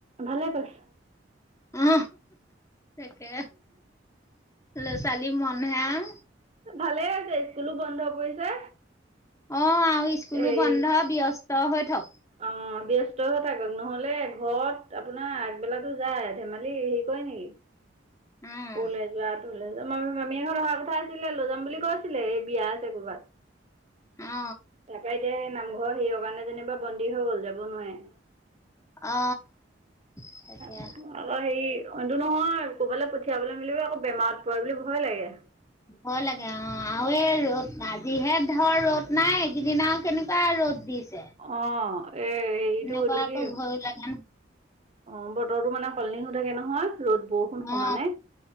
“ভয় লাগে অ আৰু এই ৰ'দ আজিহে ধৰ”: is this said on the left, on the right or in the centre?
Left